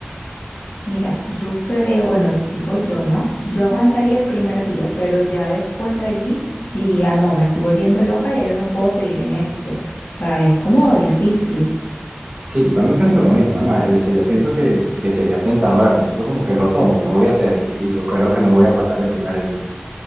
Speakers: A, on the left (about 70°); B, on the right (about 40°).
A: Mira, yo creo, bueno, digo yo, ¿no? Yo aguantaría el primer día, pero ya después de allí diría, no, me estoy volviendo loca, ya yo no puedo seguir en esto. O sea, es como difícil.
B: Sí, yo también pienso lo mismo. Es más, eh, o sea, yo pienso que, que sería tentador al principio como que lo tomo, lo voy a hacer y, y yo creo que no voy a pasar el primer día. pues.